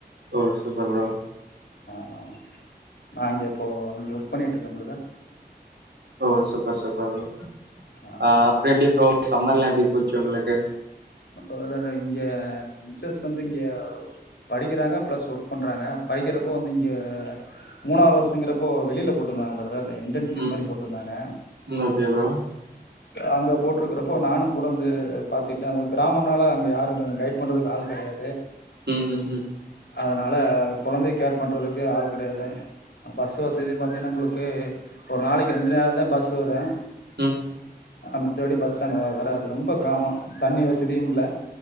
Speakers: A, on the right (about 80°); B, on the left (about 80°).
A: ஓ சு வர்லா
B: ஆ நா இங்க இப்போ இங்க ஒர்க் பண்ணி ட்ருக்க பிரதர்
A: ஓ சூப்பர் சூப்பர் ப்ரோ
B: ஆ
A: அ அப்புற எப்டி ப்ரோ சம்மர்லா எப்டி போச்சு உங்களுக்கு
B: ப்ரதர் இங்க மிஸஸ் வந்து இங்க படிக்கிறாங்க பிளஸ் ஒர்க் பண்றாங்க படிக்கிறப்போ வந்து இங்க மூணா வருஷங்கிறப்போ வெளியில போட்ருந்தாங்க பிரதர் என்டன்ஷிப்
A: ம்
B: மாரி போட்ருந்தாங்க
A: ம் ஓகே ப்ரோ
B: அங்க போட்ருக்கறப்போ நானு கூடந்து பாத்துட்டே அத கிராமனால அங்க யாரு கைட் பண்றதுக்கு ஆள் கெடையா
A: ம் ம் ம்
B: அதனால கொழந்தைய கேர் பண்றதுக்கு ஆள் கெடையாது பஸ் வசதி பாத்தினா உங்களுக்கு ஒரு நாளைக்கு ரெண்டு நேரந்தே பஸ் வரு
A: ம்
B: அ மித்தவடி பஸ் அங்க வராது ரொம்ப கிராம தண்ணி வச தியுமில்ல